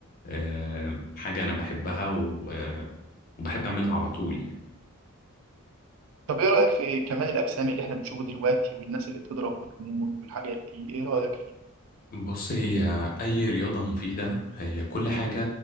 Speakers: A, on the left (about 40°); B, on the right (about 70°).
A: آه، حاجة انا بحبها و- آه، وبحب اعملها على طول يعني
B: طب ايه رأيك في كمال الأجسام اللي احنا بنشوفه دلوقتي والناس اللي بتضرب هرمون والحاجات دي ايه رأيك فيه؟
A: بص هي اي رياضة مفيدة هي كل حاجة